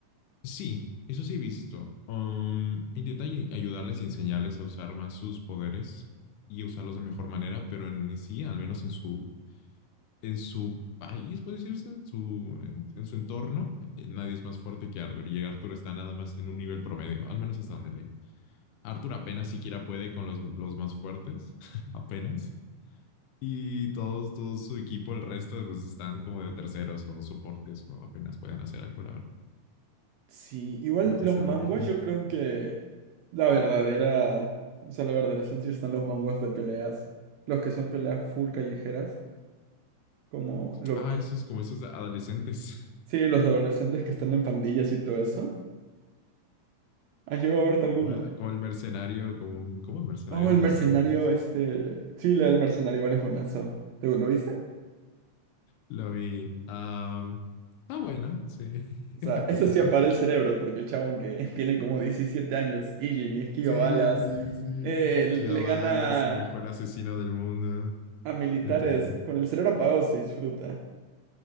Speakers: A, on the left (about 80°); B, on the right (about 80°).
A: Sí, eso sí he visto. Um, intenta y- ayudarles y enseñarles a usar más sus poderes y usarlos de mejor manera, pero en sí, al menos en su, en su país, puede decirse, en su, en, en su entorno, eh, nadie es más fuerte que Arthur y Arthur está nada más en un nivel promedio, al menos hasta donde leí. Arthur apenas siquiera puede con los, los más fuertes, <laughs> apenas. Y todos, todo su equipo, el resto, pues están como de terceros o soportes o apenas pueden hacer algo, la verdad,
B: Sí, igual
A: porque
B: los
A: está
B: manguas
A: muy difícil.
B: yo creo que la verdadera, o sea, la verdadera esencia están los manguas de peleas, los que son peleas full callejeras, como Loki.
A: Ah, eso es como esos adolescentes.
B: Sí, los
A: <laughs>
B: de adolescentes que están en pandillas y todo eso. ¿Has llegado a verte alguno?
A: Como, como el mercenario, como, un- como el mercenario
B: Oh,
A: adolescente,
B: el mercenario,
A: algo así.
B: este... Sí, la del mercenario igual es buenazo. ¿Te lo viste?
A: Lo vi. Am, ah, bueno, sí. <laughs>
B: O sea,
A: A
B: <laughs> eso
A: tirar.
B: sí para el cerebro, porque el chabón que <laughs> tiene como 17 años, Ijin, y esquiva
A: Sí,
B: balas,
A: sí, sí.
B: eh,
A: Se Esquivaba
B: le gana
A: balas, el mejor asesino del mundo.
B: a militares.
A: Entendido.
B: Con el cerebro apagado se disfruta.